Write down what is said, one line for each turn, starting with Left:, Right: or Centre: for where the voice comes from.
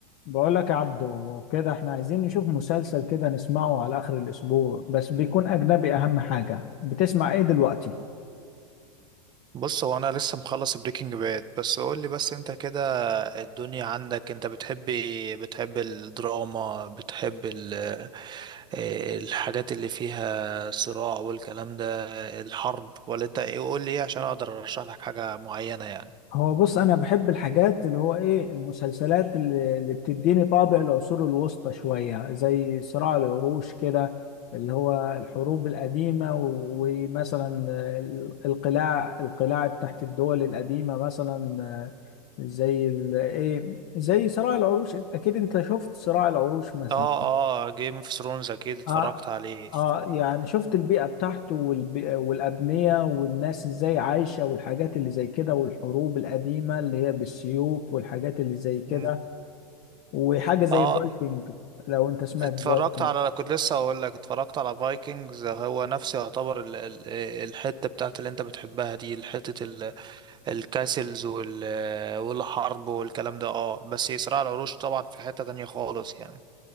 Left: بقول لك يا عبدو كده احنا عايزين نشوف مسلسل كده نسمعه على اخر الاسبوع بس بيكون اجنبي اهم حاجة بتسمع ايه دلوقتي
Right: بص هو انا لسه مخلص بريكنج باد بس قول لي بس انت كده الدنيا عندك انت بتحب إيه؟ بتحب الدراما بتحب ال- إيه الحاجات اللي فيها صراع والكلام ده الحرب ولا انت ايه قول لي ايه عشان اقدر ارشح لك حاجة معينة يعني
Left: هو بص انا بحب الحاجات اللي هو ايه المسلسلات اللي, اللي بتديني طابع العصور الوسطى شوية زي صراع العروش كده اللي هو الحروب القديمة و- ومثلا آه، ال- القلاع القلاع تحت الدول القديمة مثلا آه، زي ال- ايه زي صراع العروش اكيد انت شفت صراع العروش مثلا
Right: اه اه جيم اوف ثرونز اكيد اتفرجت
Left: اه
Right: عليه
Left: اه يعني شفت البيئة بتاعته والبيئة والأبنية والناس ازاي عايشة والحاجات اللي زي كده والحروب القديمة اللي هي بالسيوف والحاجات اللي زي كده
Right: مم.
Left: وحاجة زي
Right: اه
Left: الفايكنج لو انت سمعت
Right: اتفرجت
Left: فايكنج
Right: على كنت لسه اقول لك اتفرجت على فايكنجز هو نفسه يعتبر ال... ال- الحتة بتاعت اللي انت بتحبها دي الحتة الكاسلز وال والحرب والكلام ده اه بس صراع العروش طبعا في حتة تانية خالص يعني